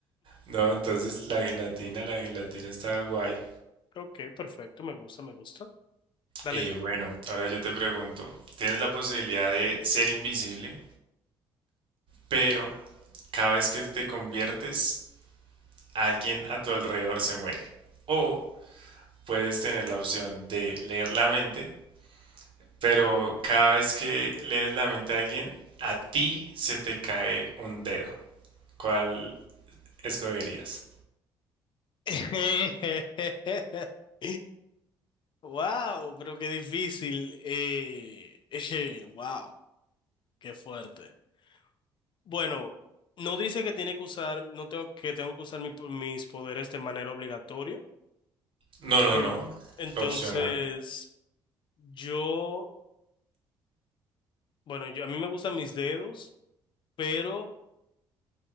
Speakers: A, on the right; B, on the left.
A: No, entonces la gelatina, la gelatina está guay.
B: Ok, perfecto, me gusta, me gusta. Dale
A: Eh,
B: tú.
A: bueno, ahora yo te pregunto, tienes la posibilidad de ser invisible, pero cada vez que te conviertes, alguien a tu alrededor se muere. O puedes tener la opción de leer la mente, pero cada vez que lees la mente a alguien, a ti se te cae un dedo. ¿Cuál escogerías?
B: <laughs> Wow, pero qué difícil. Eh, <laughs> wow, qué fuerte. Bueno, no dice que tiene que usar, no tengo que tengo que usar mi po- mis poderes de manera obligatoria.
A: No, no,
B: En-
A: no.
B: entonces,
A: Opcional.
B: yo, bueno, yo a mí me gustan mis dedos, pero